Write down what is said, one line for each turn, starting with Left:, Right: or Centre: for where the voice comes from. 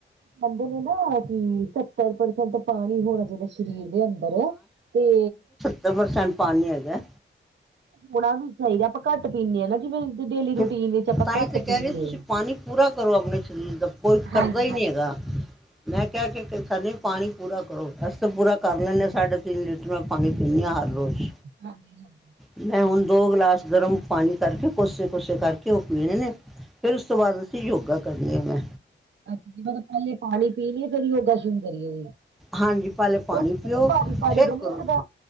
Right: ਕਹਿੰਦੇ ਨੇ ਨਾ ਕਿ ਸੱਤਰ ਪਰਸੈਂਟ ਪਾਣੀ ਹੋਣਾ ਚਾਹੀਦਾ ਸਰੀਰ ਦੇ ਅੰਦਰ ਅੰਦਰ ਤੇ
Centre: ਡਬਲ ਪਰਸੈਂਟ ਪਾਣੀ ਹੈਗਾ।
Right: ਹੋਣਾ ਵੀ ਚਾਹੀਦਾ, ਆਪਾਂ ਘੱਟ ਪੀਂਦੇ ਹਾਂ ਨਾ ਜਿਵੇਂ ਡੇਲੀ ਰੂਟੀਨ
Centre: ਫਿਰ
Right: ਵਿੱਚ ਆਪਾਂ
Centre: ਤਾਂ
Right: ਘੱਟ
Centre: ਹੀ ਤੇ ਕਹਿ
Right: ਪੀਂਦੇ,
Centre: ਰਹੀ ਤੁਸੀਂ ਪਾਣੀ ਪੂਰਾ ਕਰੋ ਆਪਣੇ ਸਰੀਰ ਦਾ ਕੋਈ ਕਰਦਾ
Right: ਹਾਂਜੀ
Centre: ਹੀ
Right: -ਹਾਂਜੀ!
Centre: ਨਹੀਂ ਹੈਗਾ
Right: ਹ <unintelligible>
Centre: ਮੈਂ ਕਿਹਾ ਕੇ ਨਹੀਂ ਪਾਣੀ ਪੂਰਾ ਕਰੋ, ਅਸੀ ਤਾਂ ਪੂਰਾ ਕਰ ਲੈਂਦੇ ਹਾਂ ਸਾਢੇ ਤਿੰਨ ਲੀਟਰ। ਮੈਂ ਪਾਣੀ ਪੀਨੀ ਆ ਹਰ ਰੋਜ਼।
Right: ਹਾਂਜੀ
Centre: ਮੈਂ ਹੁਨ ਦੋ ਗਲਾਸ ਗਰਮ ਪਾਨੀ ਕਰਕੇ ਕੋਸੇ ਕੋਸੇ ਕਰਕੇ ਔ ਪੀਣੇ ਨੇ ਫੇਰ ਉਸ ਤੋਂ ਬਾਦ ਅਸੀਂ ਯੋਗਾ ਕਰਨੀ ਆ ਮੈਂ।
Right: ਅੱਛਾ ਜੀ, ਮਤਲਬ ਪੈਲੇ ਪਾਣੀ ਪੀ ਲੀਏ ਫੇਰ ਯੋਗਾ ਸ਼ੁਰੂ ਕਰੀਏ ਜੀ।
Centre: ਹਾਂਜੀ ਪਹਿਲੇ ਪਾਣੀ
Right: ਔ
Centre: ਪੀਓ
Right: ਭਾਰੀ-ਭਾਰੀ
Centre: ਫਿਰ
Right: ਜਾ ਨਈ
Centre: ਕਰੋ
Right: ਲਗਦਾ